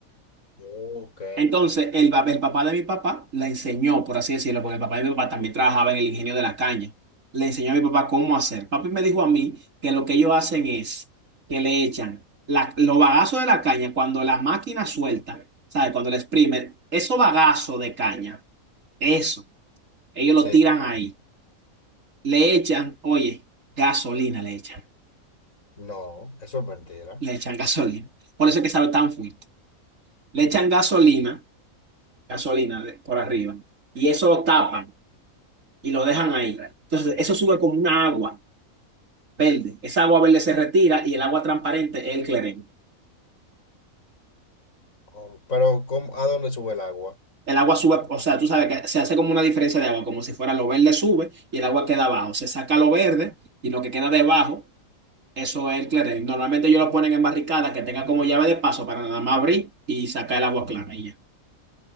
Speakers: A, on the left; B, on the right.
A: Ok.
B: Entonces, el, pa- el papá de mi papá le enseñó, por así decirlo, porque el papá de mi papá también trabajaba en el ingenio de la caña. Le enseñó a mi papá cómo hacer. Papi me dijo a mí que lo que ellos hacen es que le echan la- los bagazos de la caña cuando la máquina suelta, ¿sabes? Cuando le exprime, esos bagazos de caña, eso, ellos lo
A: sí,
B: tiran ahí. Le echan, oye, gasolina le echan.
A: no, eso es mentira.
B: Le echan gasolina. Por eso es que sabe tan fuerte. Le echan gasolina, gasolina de- por arriba, y eso lo tapan. y lo dejan ahí. Entonces, eso sube como una agua verde. Esa agua verde se retira y el agua transparente es el clerén.
A: Oh, pero ¿cómo- a dónde sube el agua?
B: El agua sube, o sea, tú sabes que se hace como una diferencia de agua, como si fuera lo verde sube y el agua queda abajo. Se saca lo verde y lo que queda debajo, eso es el clerén. Normalmente ellos lo ponen en barricadas que tenga como llave de paso para nada más abrir y sacar el agua clara y ya.